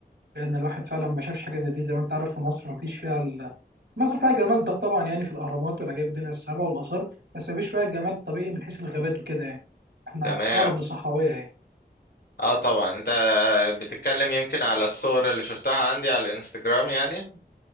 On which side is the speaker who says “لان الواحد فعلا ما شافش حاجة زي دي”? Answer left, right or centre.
Right